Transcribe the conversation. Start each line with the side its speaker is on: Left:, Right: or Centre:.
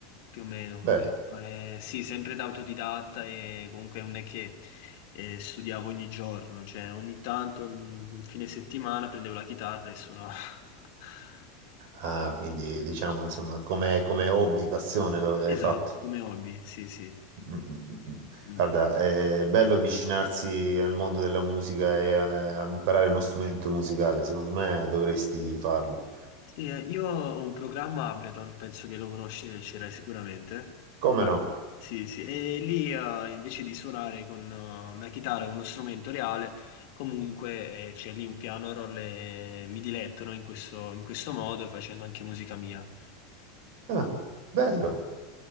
Left: più o meno.
Right: Beh,
Left: Però, eh, sì, sempre da autodidatta e comunque non è che eh, studiavo ogni giorno, cioè ogni tanto, un fine settimana, prendevo la chitarra e suonavo. <laughs>
Right: ah, quindi diciamo insomma come, come hobby, passione lo- l'hai
Left: Esatto,
Right: fatto.
Left: come hobby, sì, sì.
Right: Mm, mm, mm.
Left: Mm.
Right: Guarda, è bello avvicinarsi al mondo della musica e a, a imparare uno strumento musicale. Secondo me dovresti farlo.
Left: Sì, eh, io ho un programma Ableton, penso che lo conosci, e ce l'hai sicuramente.
Right: Come no?
Left: Sì, sì, e lì eh, invece di suonare con eh, una chitarra, con uno strumento reale, comunque eh, c'è lì un piano roll e mi diletto, no, in questo, in questo modo, facendo anche musica mia.
Right: Ah, bello,